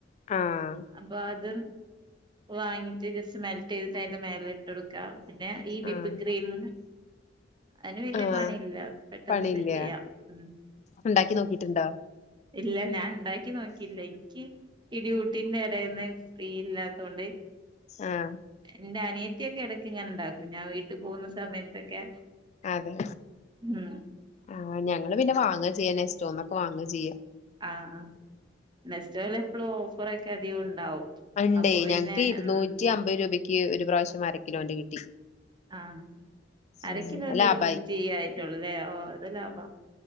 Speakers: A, on the left (about 35°); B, on the right (about 25°).
A: ആഹ
B: അപ്പൊ അത് വാങ്ങിട്ട് ജസ്റ്റ്‌ മെൽ റ്റയ്ത് ട്ട് അതിന്റെ മേല ഇട്ട് കൊട്ക്കാം പിന്നെ ഈ വിപ്പിംഗ്
A: ആഹ്
B: ക്രീംും അതിന് വല്യ
A: ആഹ്
B: പണിയില്ല പെട്ടെന്ന്
A: പണിയില്ല
B: സെറ്റ് ചെയ്യാം ഉം
A: ഉണ്ടാക്കി നോക്കിയിട്ടുണ്ടോ
B: ഇല്ല ഞാൻ ഉണ്ടാക്കി നോക്കിയില്ല ഇ നിക്ക് ഈ ഡ്യൂട്ടിന്റെ ഇടന്ന് ഫ്രീ ഇല്ലാത്ത കൊണ്ട്
A: ആഹ
B: ന്റെ അനിയത്തിയൊക്കെ ഇടക്ക് ഇങ്ങനെ ഉണ്ടാക്കും ഞാൻ വീട്ടു പോകുന്ന സമയത്തൊക്കെ
A: അതെ
B: ഉം
A: ആ ഞങ്ങള് പിന്നെ വാങ്ങ ചെയ്യ നസ്റ്റോന്നൊക്കെ വാങ്ങ ചെയ്യ
B: ആഹ നെസ്റ്റോല് എപ്പളും ഓഫറ ഒക്കെ അധികം ഉണ്ടാവും
A: അത്ണ്ടേ
B: അപ്പൊ പിന്നെ
A: ഞങ്ങക്ക് ഇരുുന്നൂറ്റി
B: ഉം
A: അമ്പത് രൂപയ്ക്ക് ഒരു പ്രാവശ്യം അരക്കിലോന്റെ കിട്ടി
B: ആഹ അരക്കിലോന്ന്
A: ആഹ് ലാഭായി
B: ഇരുന്നൂറ്റിയ്യായിട്ടള്ളൂ അല്ലേ ഓ അത് ലാഭാ